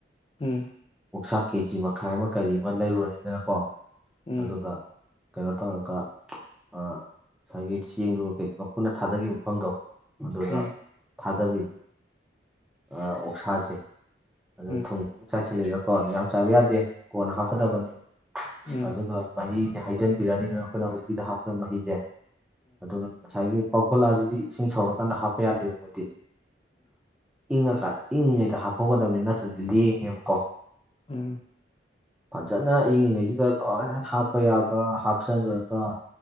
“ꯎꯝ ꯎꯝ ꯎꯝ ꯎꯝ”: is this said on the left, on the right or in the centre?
Left